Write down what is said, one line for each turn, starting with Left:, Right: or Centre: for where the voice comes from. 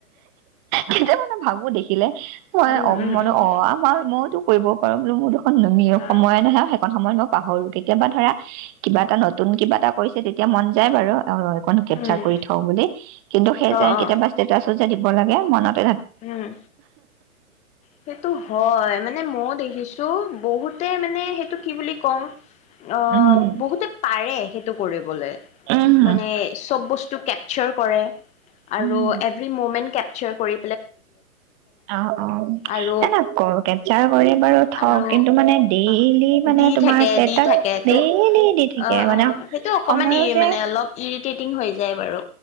Right: কেতিয়া মানে ভাবো দেখিলে মই
Left: উম
Right: অ
Left: উম
Right: মানে
Left: উম
Right: অ আমাৰ ম কৰিব পাৰোঁ বুলি ম নুমি
Left: হয়
Right: সময় নহয় সেইখন সময়ত নক পাহৰোঁ কেতিয়াবা ধৰা কিবা এটা নতুন কিবা এটা কৰিছে তেতিয়া এতিয়া মন যায় বাৰু সেই কনো কেপচাৰ
Left: উম
Right: কৰি থওঁ বুলি কিন্তু সেই
Left: অ
Right: যে
Left: অ
Right: কেতিয়াবা ষ্টেটাচো যে দিব লাগে মনত
Left: উম সেইটো হয় মানে মই দেখিছো বহুত তে মানে সেইটো কি বুলি কওঁ অ
Right: উম
Left: বহুতে পাৰে সেইটো কৰিব বোলে
Right: উম
Left: মানে চব বস্তু কে চপ কৰে আৰু
Right: উম
Left: এভি মমেণ্ট কেপচাৰ কৰে
Right: অ অ
Left: আৰু
Right: এনে কৰ কেপচাৰ কৰি বাৰু থক
Left: আৰু
Right: কিন্তু মানে ডেইলি
Left: অ
Right: মানে
Left: দি
Right: তোমাৰ
Left: থাকে
Right: ষ্টেটাচ
Left: দি থাকে তো
Right: ডেইলি দি থাকে
Left: অ',
Right: মানে
Left: অ', সেইটো অকমান
Right: সময়ো
Left: ই
Right: যে
Left: মানে অলপ ইৰিটেটিং হৈ যায় বাৰু।